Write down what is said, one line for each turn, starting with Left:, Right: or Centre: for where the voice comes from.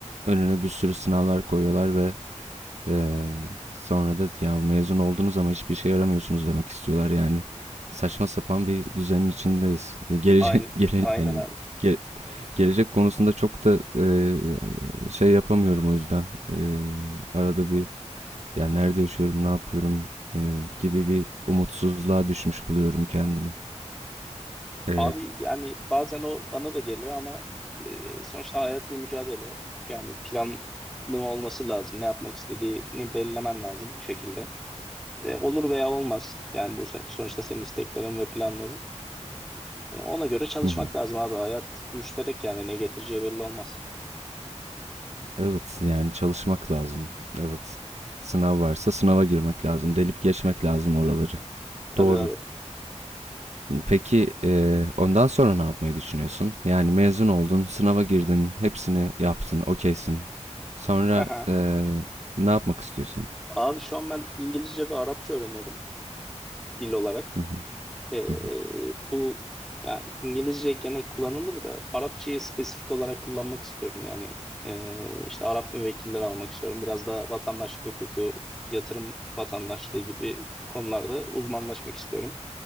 Right: Önüne bir sürü sınavlar koyuyorlar ve e, sonra da ya mezun oldunuz ama hiçbir şey yaramıyorsunuz demek istiyorlar yani. Saçma sapan bir düzenin içindeyiz. Gelece,
Centre: Aynen,
Right: <laughs> gele,
Centre: aynen
Right: yani
Centre: abi.
Right: Ge- gelecek konusunda çok da e, şey yapamıyorum o yüzden. E, arada bir ya nerede yaşıyorum, ne yapıyorum e, gibi bir umutsuzluğa düşmüş buluyorum kendimi. E,
Centre: Abi yani bazen o bana da geliyor ama e, sonuçta hayat bir mücadele. Yani planlı olması lazım. Ne yapmak istediğini belirlemen lazım bir şekilde. E, olur veya olmaz. Yani bu se- sonuçta senin isteklerin ve planların. E, ona göre çalışmak
Right: hı hı.
Centre: lazım abi. Hayat müşterek yani ne getireceği belli olmaz.
Right: Evet yani çalışmak lazım. Evet. Sınav varsa sınava girmek lazım. Delip geçmek lazım oraları.
Centre: Tabii
Right: Doğru.
Centre: abi.
Right: Peki e, ondan sonra ne yapmayı düşünüyorsun? Yani mezun oldun, sınava girdin, hepsini yaptın, okeysin. Sonra
Centre: Aha.
Right: e, ne yapmak istiyorsun?
Centre: Abi şu an ben İngilizce ve Arapça öğreniyorum dil olarak.
Right: Hı hı.
Centre: E,
Right: Hı hı.
Centre: bu yani İngilizce gene kullanılır da Arapçayı spesifik olarak kullanmak istiyorum. Yani e, işte Arap müvekkilleri almak istiyorum. Biraz da vatandaşlık hukuku, yatırım vatandaşlığı gibi konularda uzmanlaşmak istiyorum.